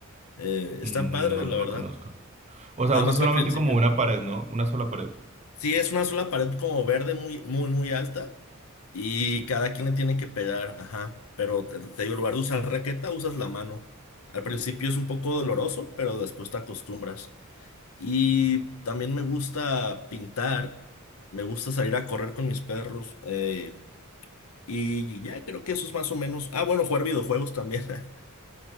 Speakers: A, on the left (about 70°); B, on the right (about 30°).
A: Eh,
B: Mm,
A: está padre,
B: No,
A: la
B: no
A: verdad.
B: lo conozco. O
A: Nada
B: sea, usa
A: más
B: solamente
A: que al principio.
B: como una pared, ¿no? Una sola pared.
A: Sí, es una sola pared como verde muy, muy, muy alta y cada quien le tiene que pegar, ajá. Pero te, te digo, en lugar de usar raqueta usas la mano. Al principio es un poco doloroso, pero después te acostumbras. Y también me gusta pintar, me gusta salir a correr con mis perros. eh, y ya creo que eso es más o menos. Ah, bueno, jugar videojuegos también. <laughs>